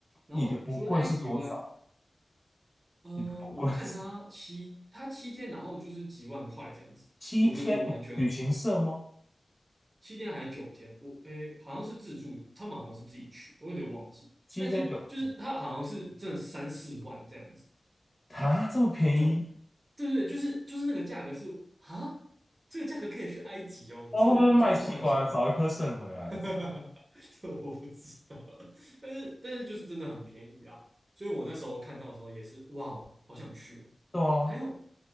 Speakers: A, on the right (about 40°); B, on the left (about 25°).
A: 然后除了埃及以外，
B: 你的不贵是多少？
A: 呃，
B: 你的不贵是
A: 我看他七他七天，然后就是几万块这样子，
B: <laughs> 七天旅行社吗？
A: 我觉得完全七天还是九天，我诶、好像是自助，他们好像是自己去，我有点忘记。
B: 七天九天
A: 但是就是他好像是真的三四万这样子，
B: 啊，这么便宜？
A: 就对对对，就是就是那个价格是啊，这个价格可以去埃及哦，你真的你在跟我开玩笑吗？
B: 那会不会卖器官，找一颗肾回来？
A: <laughs> 这我不知道，但是但是就是真的很便宜啦，所以我那时候看到的时候也是哇哦，好想去哦。
B: 对啊，
A: 还有